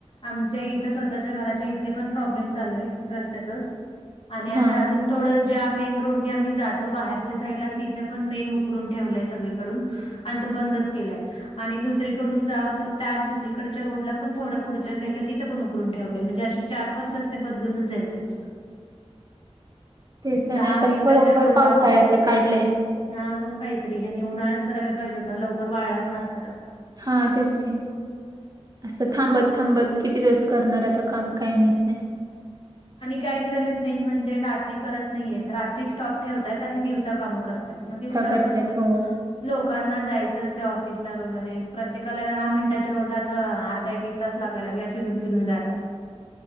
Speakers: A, on the left (about 55°); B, on the right (about 35°).
A: आमच्या इथे स्वतःच्या घराच्या इथे पण प्रॉब्लेम चालूय. रस्त्याचच आणि आता
B: हा
A: अजून थोडं ज्या मेन रोडने आम्ही जातो बाहेरच्या साईडला तिथे पण मेन उकरून ठेवलंय सगळीकडून. आणि तो बंदच केलाय आणि दुस दुसरीकडून जाव तर, त्या दुसरीकडच्या रोडला पण थोडं पुढच्या साईडला तिथं पण उकरून ठेवलंय. म्हणजे अशी चार- पाच रस्ते बदलूनच जायचे नुसतं.
B: तेच जणंत
A: दहा मिनिटाच्या
B: बरोबर
A: रोडला
B: पावसाळ्याच
A: पण
B: काढलय.
A: हा मग काहीतरी, हेनी उन्हाळ्यात करायला पाहिजे होता लवकर वाळला पण असता रस्ता.
B: हा तेच कि असं थांबत- थांबत. किती दिवस करणार आता काम काही माहीत नाही
A: आणि काय करायले आहेत मेन म्हणजे रात्री करत नाहीयेत रात्री स्टॉप ठेवतायत आणि दिवसा कामं करत त्यात मग दिवसा
B: करतायत
A: कसं
B: हो
A: लोकांना जायचं असते ऑफिसला वगैरे प्रत्येकाला दहा मिनिटाच्या रोडला तर अर्धा एक एक तच लागाय लागल्या फिरून फिरून जायला